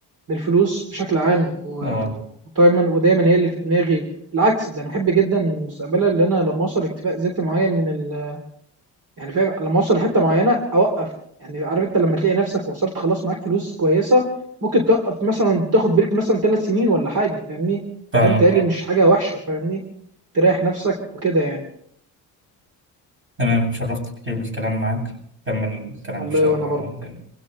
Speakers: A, on the right; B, on the right.
A: للفلوس بشكل عام و...
B: اه
A: و- ودايما ودايما هي اللي في دماغي بالعكس ده انا احب جدا مستقبلا اللي انا لما اوصل اكتفاء ذاتي معين من ال... يعني فاهم لما اوصل لحته معينه اوقف يعني عارف انت لما تلاقي نفسك وصلت خلاص معاك فلوس كويسه ممكن توقف مثلا تاخد بريك مثلا ثلاث سنين ولا حاجه فاهمني
B: فاهمك
A: ده بيتهيألي
B: اه
A: مش حاجه وحشه فاهمني تريح نفسك وكده يعني
B: تمام اتشرفت كتير بالكلام معاك كمل الكلام
A: والله
B: إن شاء
A: وانا
B: الله
A: برضه
B: تاني